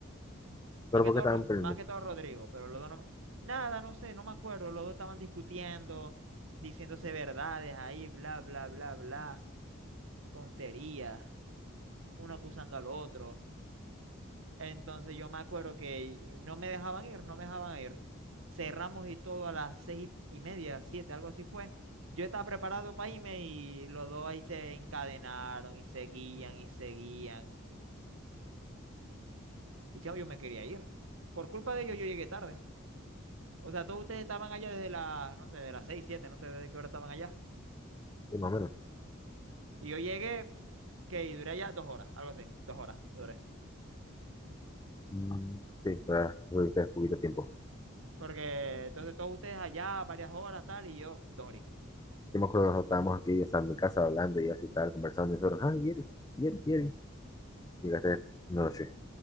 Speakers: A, on the right; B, on the left.
A: Más
B: pero
A: que
B: ¿por
A: todo,
B: qué estaban
A: Ro-
B: peleando?
A: más que todo Rodrigo, pero los dos no me- Nada, no sé, no me acuerdo. Los dos estaban discutiendo, diciéndose verdades ahí, bla, bla, bla, bla. Tonterías, uno acusando al otro. Entonces yo me acuerdo que no me dejaban ir, no me dejaban ir. Cerramos y todo a las seis y media, siete, algo así fue. Yo estaba preparado para irme y los dos ahí se encadenaron y seguían y seguían. Y chavo, yo me quería ir. Por culpa de ellos yo llegué tarde. O sea, todos ustedes estaban allá desde las, no sé, de las seis, siete, no sé desde qué hora estaban allá.
B: Sí, más o menos.
A: Y yo llegué, pf, que y duré allá dos horas, algo así, dos horas duré.
B: Mm, Sí, para tuviste poquito tiempo.
A: Porque entonces todos ustedes allá varias horas, tal, y yo dos horitas.
B: Yo me acuerdo que estábamos aquí, o sea, en mi casa hablando y así, tal, conversando, y nosotros, ah, Yeri, Yeri, Yeri. Llegaste noche.